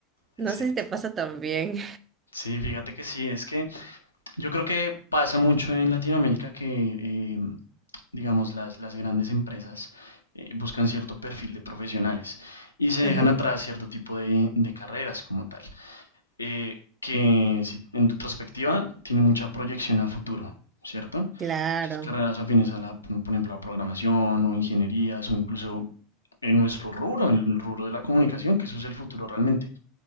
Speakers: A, on the left (about 80°); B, on the right (about 30°).
A: es
B: No
A: cierto.
B: sé si te pasa también.
A: Sí, fíjate que sí, es que yo creo que pasa mucho en Latinoamérica que, eh, digamos, las, las grandes empresas eh, buscan cierto perfil de profesionales y se dejan
B: Ujú,
A: atrás cierto tipo de, de carreras como tal, eh, que si- en retrospectiva tiene mucha proyección a futuro, ¿cierto?
B: Claro.
A: sus carreras afines a la, por ejemplo, a programación o ingenierías o incluso en nuestro rubro, en el rubro de la comunicación, que eso es el futuro realmente.